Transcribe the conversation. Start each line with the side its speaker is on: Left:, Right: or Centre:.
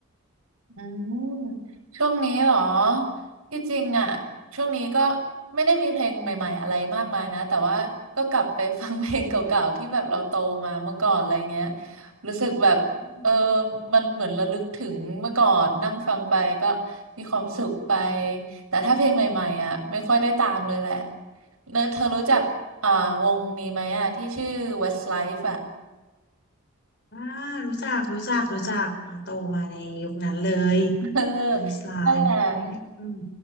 Right: อืมช่วงนี้เหรอที่จริงอ่ะช่วงนี้ก็ไม่ได้มีเพลงใหม่ๆอะไรมากมายนะแต่ว่าก็กลับไปฟังเพลงเก่าๆที่แบบเราโตมาเมื่อก่อนอะไรเงี้ยรู้สึกแบบเออ
Left: อืม
Right: มันเหมือนระลึกถึงเมื่อก่อนนั่งฟังไปก็มีความสุขไปแต่ถ้าเพลงใหม่ๆอ่ะไม่ค่อยได้ตามเลยแหละเนอะเธอรู้จักอ่าวงนี้ไหมอ่ะที่ชื่อ Westlife อ่ะ
Left: อ่ารู้จักรู้จักรู้จักเนอะโตมาในยุคนั้นเลย
Right: <laughs> เออ
Left: Westlife
Right: นั่นแหละ
Left: เอ้ยอืม